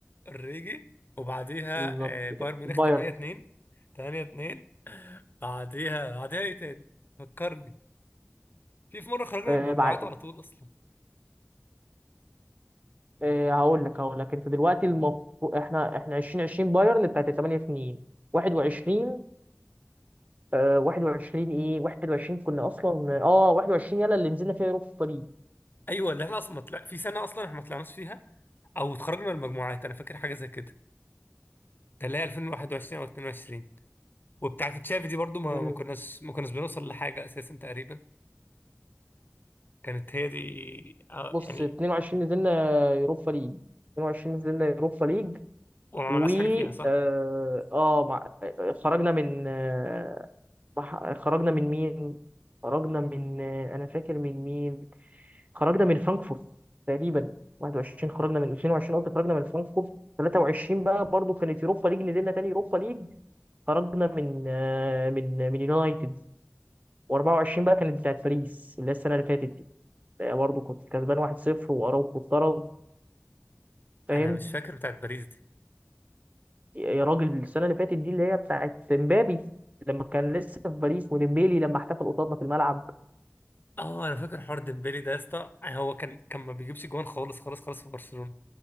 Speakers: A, on the left; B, on the right.
A: اوريجي وبعديها
B: بالظبط كده
A: آه، بايرن ميونخ
B: بايرن
A: 8 2 8 2 بعديها بعديها ايه تاني فكرني في في مره خرجنا
B: آه
A: من المجموعات
B: بعد
A: على طول اصلا
B: آه هقول لك هقول لك انت دلوقتي المفروض احنا احنا 2020 بايرن بتاعت 8 2 21 آه 21 ايه 21 كنا اصلا اه 21 يلا اللي نزلنا فيها اوروبا
A: ايوه اللي احنا اصلا ما طلع في سنه اصلا احنا ما طلعناش فيها او اتخرجنا من المجموعات انا فاكر حاجه زي كده كان اللي هي 2021 او 22 وبتاعه تشافي دي برضو ما
B: ليج
A: ما كناش ما كناش بنوصل لحاجه اساسا تقريبا كانت هي دي آه،
B: بص
A: يعني
B: 22 نزلنا يوروبا ليج 22 نزلنا يوروبا ليج
A: وما
B: و
A: عملناش حاجه فيها صح
B: اه آه، مع... خرجنا من آه، مح- خرجنا من مين خرجنا من آه، انا فاكر من مين خرجنا من فرانكفورت تقريبا 21 خرجنا من 22 قصدي خرجنا من فرانكفورت 23 بقى برضو كانت يوروبا ليج نزلنا تاني يوروبا ليج خرجنا من آه، من من يونايتد و24 بقى كانت بتاعت باريس اللي هي السنه اللي فاتت دي برضه كنت كسبان 1-0 واراوخو اتطرد فاهم
A: انا مش فاكر بتاعه باريس دي
B: يا راجل السنه اللي فاتت دي اللي هي بتاعت مبابي لما كان لسه في باريس وديمبيلي لما احتفل قصادنا في الملعب
A: اه انا فاكر حوار ديمبلي ده يا اسطى هو كان كان ما بيجيبش جوان خالص خالص خالص في برشلونة